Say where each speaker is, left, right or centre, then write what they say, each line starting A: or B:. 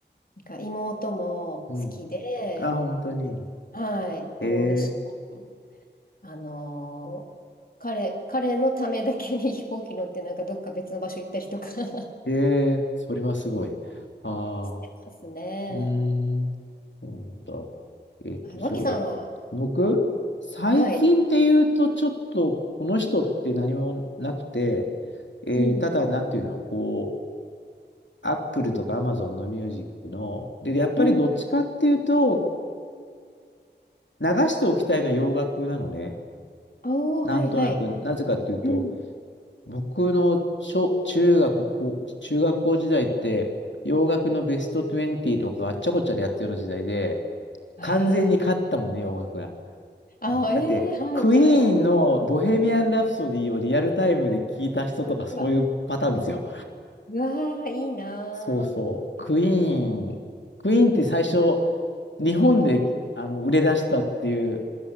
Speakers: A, on the left; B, on the left.
A: なんか妹も好きで、
B: うん。あ、本当に。
A: はい、
B: へえ、
A: もう一緒に、あのー彼、彼のためだけに飛行機乗ってなんかどっか別の場所行ったりとか <laughs>
B: へえ、それはすごい。ああ。
A: してますね。
B: うーん。そうなんだ。えっと、
A: はい、
B: そうだ。
A: 脇さんは、
B: 僕、最近っていうと、
A: はい。
B: ちょっと、この人って何もなくて、えーただ、
A: うん。
B: なんていうの、こう、アップルとかアマゾンのミュージックの、で、やっぱりどっちかっていうと、
A: うん
B: 流しておきたいのは洋楽なのね。
A: おー、
B: なんとなく、
A: はいはい。
B: なぜかっていうと、
A: うん。
B: 僕の小、中学校、中学校時代って、洋楽のベスト20とかあっちゃこっちゃでやってるような時代で、
A: えー、
B: 完全に勝ったもんね、洋楽が。
A: あ、
B: だって、
A: えー、はいはい。
B: クイーンのボヘミアン・ラプソディをリアルタイムで聞いた人とかそういうパターンですよ。
A: うわ、うわー、いいな
B: そうそう。クイーン、クイーンって最初、日本であの売れ出したっていう
A: ー。うん。